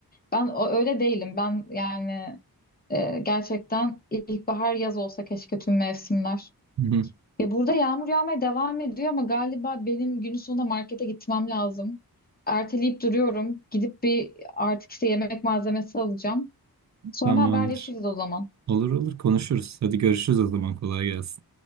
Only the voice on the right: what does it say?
<laughs> Hı hı.
Tamamdır.
Olur olur konuşuruz. Hadi görüşürüz o zaman kolay gelsin.